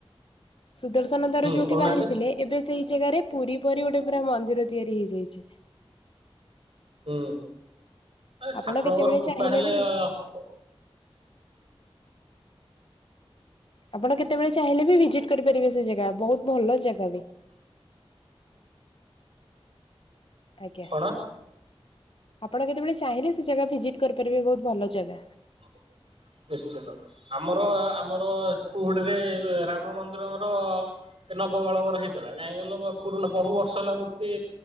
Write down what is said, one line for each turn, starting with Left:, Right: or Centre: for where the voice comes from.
Left: ସୁଦର୍ଶନ ଦାରୁ
Right: ହୁଁ
Left: ଯୋଉଠି
Right: କହୁନାହାନ୍ତି
Left: ବାହାରିଥିଲେ ଏବେ ସେଇ ଜାଗାରେ ପୁରୀ ପରି ଗୋଟେ ପୁରା ମନ୍ଦିର ତିଆରି ହେଇଯାଇଛି
Right: ହୁଁ ଆ
Left: ଆପଣ
Right: ଠାକୁରଙ୍କର
Left: କେତେବେଳେ
Right: କୃପା
Left: ଚାହିଁଲେ
Right: ହେଲେ
Left: ବି
Right: ହୁଁ
Left: ଆପଣ କେତେବେଳେ ଚାହିଁଲେ ବି ଭିଜିଟ କରିପାରିବେ ସେ ଜାଗା ବହୁତ ଭଲ ଜାଗା ବ <unintelligible> ଆଜ୍ଞା
Right: କଣ
Left: ଆପଣ କେତେବେଳେ ଚାହିଁଲେ ସେ ଜାଗା ଭିଜିଟ୍ କରିପାରିବେ ବୋହୁତ ଭଲ ଜାଗା
Right: <inaudible> ନିଶ୍ଚିନ୍ତ ଆମର ଆମର କୁହୁଡିରେ ରାମ ମନ୍ଦିରର ନବକଳେବର ହେଇଥିଲା କାଇଁକ ପୁରୁଣା ବହୁ ବର୍ଷ ହେଲା ମୂର୍ତ୍ତି